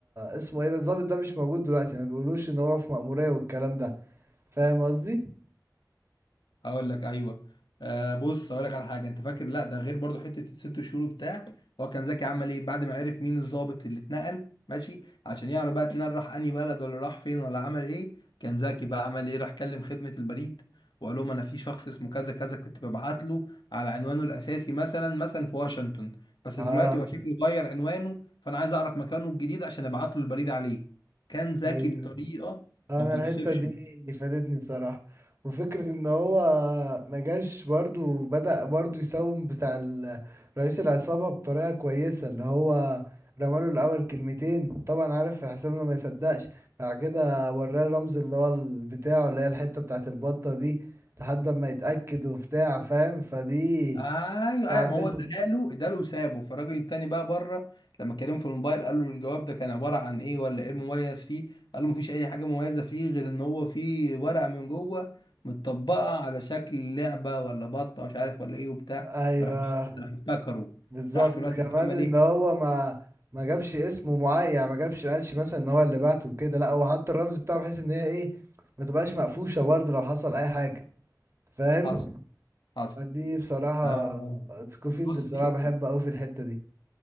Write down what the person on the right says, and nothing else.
اسمه ايه ده الضابط ده مش موجود دلوقتي ما بيقولوش ان هو في مأمورية والكلام ده فاهم قصدي؟
اه
ايوه
انا
الحته دي فادتني بصراحه وفكره ان هو ما جاش برضو بدأ برضو يساوم بتاع ال- رئيس العصابه بطريقه كويسه اللي هو رماله الاول كلمتين طبعا عارف حسام انه ما يصدقش بعد كده وراه الرمز اللي هو ال- بتاعه اللي هي الحته بتاعه البطه دي لحد ما يتاكد وبتاع فاهم فدي
ساعدته
ايوه
بالظبط
كمان
ان
هو ما ما جابش اسمه معين يعني ما جابش قالش مثلا ان هو اللي بعته وكده لا هو حط الرمز بتاعه بحيث ان هي ايه ما تبقاش مقفوشه برضه لو حصل اي حاجه فاهم
فدي بصراحه
سكوفيلد
بصراحه
بحبه قوي في الحته دي